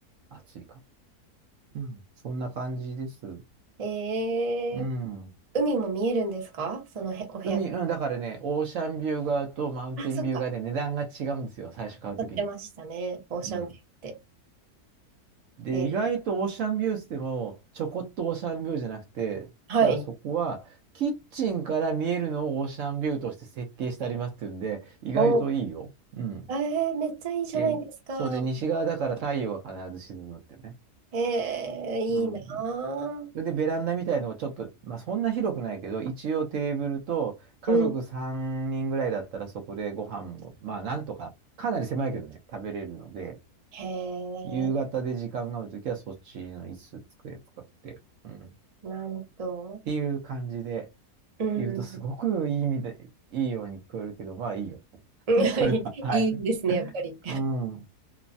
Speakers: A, on the right; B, on the right.
A: 暑いから。うん。そんな感じです。
B: えー、
A: うん。
B: 海も見えるんですかそのへ、お部屋か
A: 海、うん、だからね、オーシャンビュー側とマウンテンビュー側で値段が違うんですよ、
B: ら。あ、そっか、
A: 最初買うときに。
B: 撮ってましたね。オーシャンビューって。
A: うん。で、
B: えー、
A: 意外とオーシャンビューっでも、ちょこっとオーシャンビューじゃなくて、
B: はい。
A: ただそこは、キッチンから見えるのをオーシャンビューとして設計してありますっていうんで、意外といいよ。
B: お、
A: うん。
B: えー、めっちゃいいじゃないですか。
A: で、そうで、西側だから太陽が必ず沈むってね。
B: へえ、いいなぁ。
A: うん。それでベランダみたいのをちょっと、まあそんな広くないけど、一応テーブルと家族3人ぐらいだったらそこでご飯も、
B: うん、
A: まあなんとか、かなり狭いけどね、食べれるので、
B: へ
A: 夕方で時間があるときはそっちの椅子、
B: え、
A: 机使って、うん。っ
B: なんと。
A: ていう感じで
B: うん。
A: 言うと、すごくいい意味で、いいように聞こえるけど、まあいいよ。
B: <laughs>
A: <laughs> それは、はい。
B: いいですね、やっぱり。
A: うん。